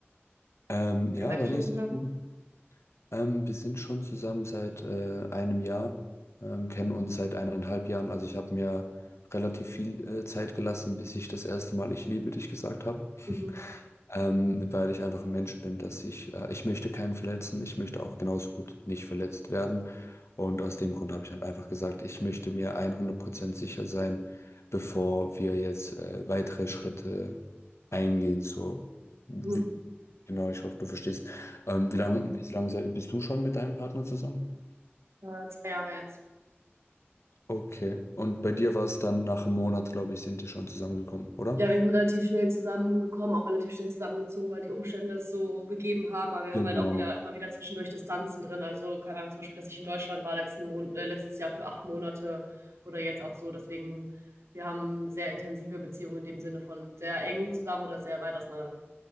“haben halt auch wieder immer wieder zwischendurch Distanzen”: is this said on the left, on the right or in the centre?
Right